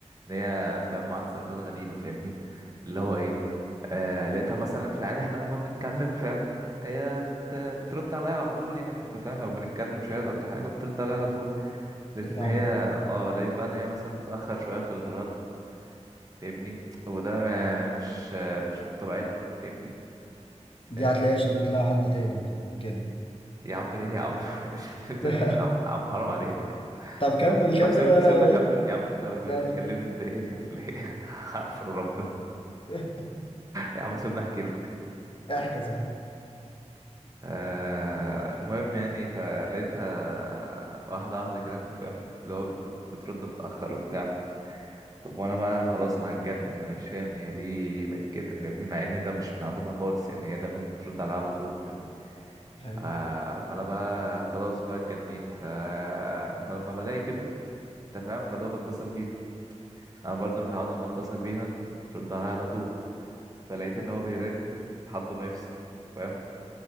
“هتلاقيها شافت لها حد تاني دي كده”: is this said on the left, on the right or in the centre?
Left